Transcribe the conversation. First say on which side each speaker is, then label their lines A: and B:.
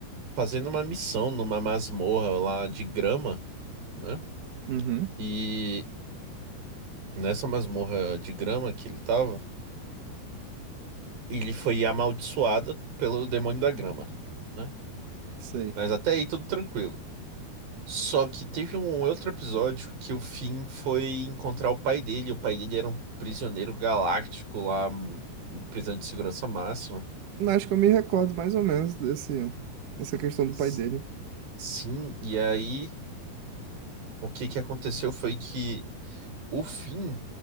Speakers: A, on the right; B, on the right.
A: fazendo uma missão numa masmorra lá de grama, né?
B: Uhum.
A: e Nessa masmorra de grama que ele tava, ele foi amaldiçoado pelo demônio da grama, né?
B: Sei.
A: Mas até aí tudo tranquilo. Só que teve um outro episódio que o Finn foi encontrar o pai dele. O pai dele era um prisioneiro galáctico lá, um- um prisão de segurança máxima.
B: Acho que eu me recordo mais ou menos desse, dessa questão do
A: S-
B: pai dele.
A: Sim, e aí o que que aconteceu foi que o Finn,